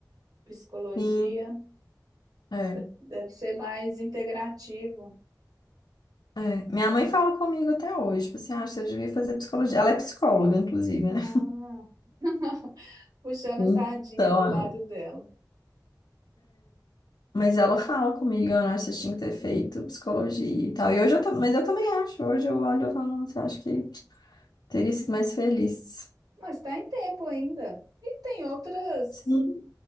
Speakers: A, on the right (about 60°); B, on the left (about 80°).
A: psicologia.
B: sim, é,
A: De- Deve ser mais integrativo.
B: é. Minha mãe fala comigo até hoje, tipo assim, ah, você devia fazer psicologia. Ela é psicóloga, inclusive, né?
A: Ah, <laughs> puxando
B: Então,
A: a sardinha pro lado dela.
B: Mas ela fala comigo, eu não acho que você tinha que ter feito psicologia e tal. E hoje eu, tam- mas eu também acho, hoje eu olho e falo, nossa, eu acho que teria sido mais feliz.
A: Mas está em tempo ainda. E tem outras
B: Sim,